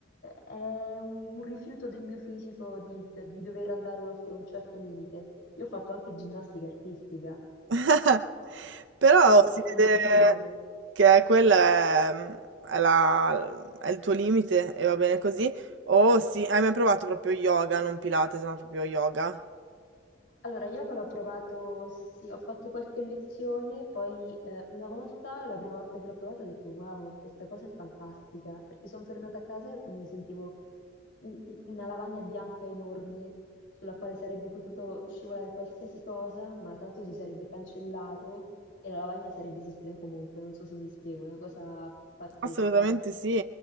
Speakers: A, on the left; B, on the right.
A: è un rifiuto del mio fisico di, di dover andare oltre un certo limite. Io ho fatto anche ginnastica artistica
B: <laughs> Però
A: e
B: si
A: e- e non
B: vede
A: mi piego.
B: che quella è, mm, è la- è il tuo limite e va bene così. Oh sì, hai mai provato proprio yoga, non Pilates, ma proprio yoga?
A: Allora, yoga l'ho provato, sì, ho fatto qualche lezione, poi eh, una volta, la prima volta che l'ho provato, ho detto wow, questa cosa è fantastica, perché sono tornata a casa e mi sentivo u- u- una lavagna bianca enorme sulla quale sarebbe potuto scivolare qualsiasi cosa, ma tanto si sarebbe cancellato e la lavagna sarebbe esistita comunque, non so se mi spiego, una cosa pazzesca.
B: Assolutamente sì,